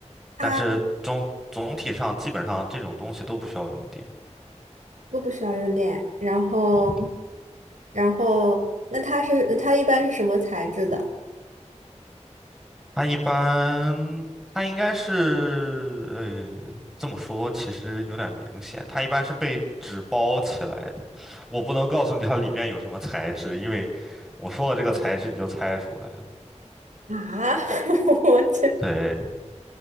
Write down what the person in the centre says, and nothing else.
但是总总体上基本上这种东西都不需要用电。
啊。
它一般，它应该是，呃，这么说其实有点明显，它一般是被纸包起来的。我不能告诉你它里边有什么材质，因为我说了这个材质你就猜出来了。
对